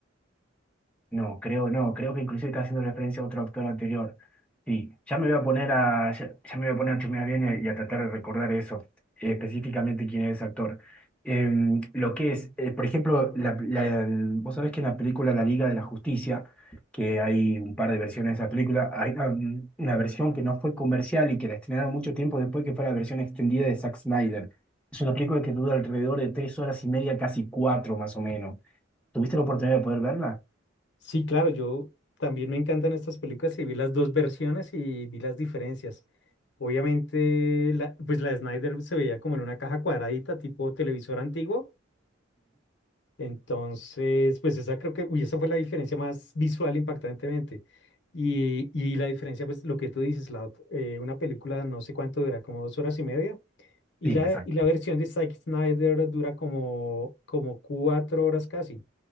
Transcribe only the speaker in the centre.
No, creo no, creo que inclusive está haciendo referencia a otro autor anterior. Sí, ya me voy a poner a, ya, ya me voy a poner a chusmear bien y, y a tratar de recordar eso, eh, específicamente quién es ese actor. Em, lo que es, eh, por ejemplo, la, la- vos sabés que en la película La Liga de la Justicia, que hay un par de versiones de esa película, hay una, una versión que no fue comercial y que la estrenaron mucho tiempo después que fue la versión extendida de Zack Snyder. Es una película que dura alrededor de tres horas y media, casi cuatro más o menos. ¿Tuviste la oportunidad de poder verla?
Sí,
exacto,